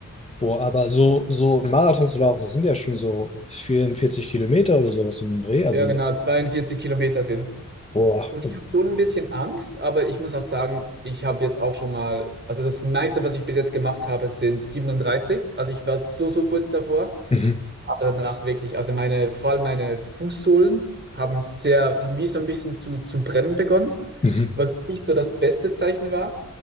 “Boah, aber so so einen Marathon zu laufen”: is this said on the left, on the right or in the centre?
Left